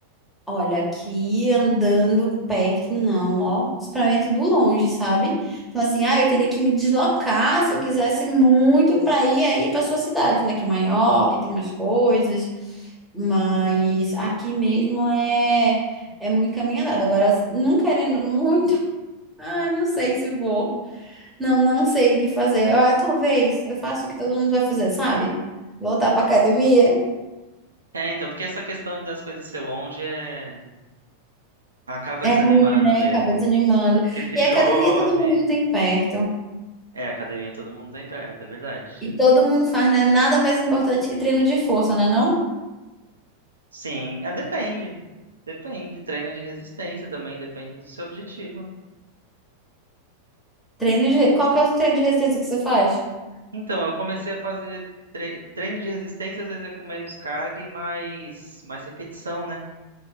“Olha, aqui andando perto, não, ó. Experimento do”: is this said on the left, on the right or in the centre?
Centre